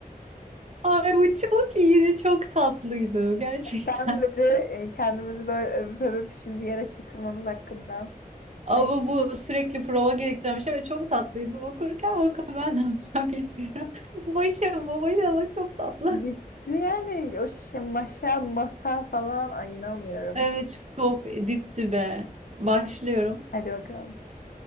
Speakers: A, on the right; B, on the left.
A: Ay bu çok iyiydi, çok tatlıydı gerçekten.
B: Ben beri e, kendimizi böyle övüp övüp şimdi yere çakılmamız hakkında.
A: Ama
B: Ne,
A: bu sürekli prova gerektiren bir şey ve çok tatlıydı. Okurken bakalım ben ne yapacağım bilmiyorum. <laughs> Başım bu başım ama çok tatlı.
B: gitti yani o şey maşa, masa falan, ay inanmıyorum.
A: Evet çok dipti be. Başlıyorum.
B: Hadi bakalım.